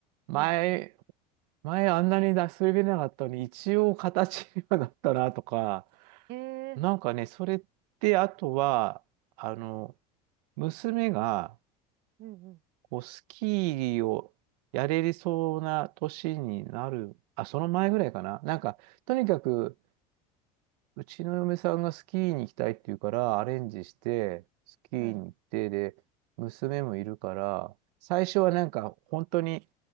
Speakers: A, on the right; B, on the right.
A: 前、
B: うん、うん。
A: 前あんなに出し入れなかったのに、一応形にはなったなとか、
B: ええ
A: なんかね、それって、あとは、あの、娘が、
B: うんうん。
A: こう、スキーをやれそうな年になる、あ、その前ぐらいかな。なんか、とにかく、うちの嫁さんがスキーに行きたいって言うから、アレンジして、スキーに行って、
B: はい。
A: で、娘もいるから、最初はなんか、本当に、